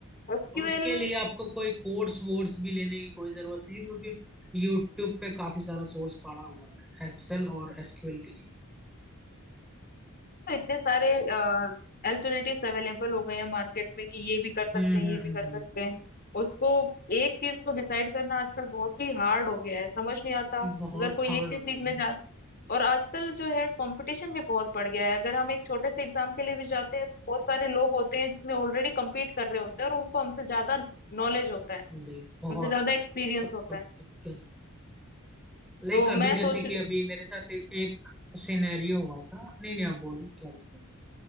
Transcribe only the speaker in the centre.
और उसके लिए आपको कोई कोर्स वोर्स भी लेने की कोई जरूरत नहीं है, क्योंकि यूट्यूब पे काफी सारा सोर्स पड़ा हुआ है एक्सेल और एसक्यूएल के लिए
हम्म
हम्म
हम्म,
हम्म। बहुत
हार्ड
हो गए
हाँ
लाइक बहुत
तब
तब क्या लाइक
अभी
जैसे कि अभी मेरे साथ एक, एक सिनेरियो हुआ था नहीं नहीं आप बोलो क्या बोल रहे थे